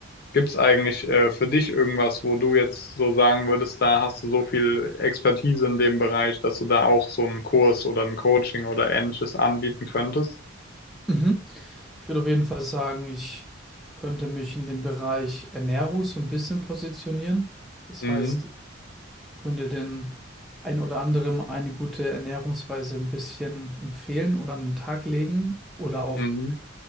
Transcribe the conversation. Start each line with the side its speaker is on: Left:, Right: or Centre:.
Left: Gibt's eigentlich äh, für dich irgendwas, wo du jetzt so sagen würdest, da hast du so viel Expertise in dem Bereich, dass du da auch so einen Kurs oder ein Coaching oder ähnliches anbieten könntest?
Centre: Mhm. Ich würde auf jeden Fall sagen, ich könnte mich in dem Bereich Ernährung so ein bisschen positionieren. Das
Left: Mhm.
Centre: heißt, ich könnte den ein oder anderem eine gute Ernährungsweise ein bisschen empfehlen oder an den Tag legen oder auch
Left: Mhm.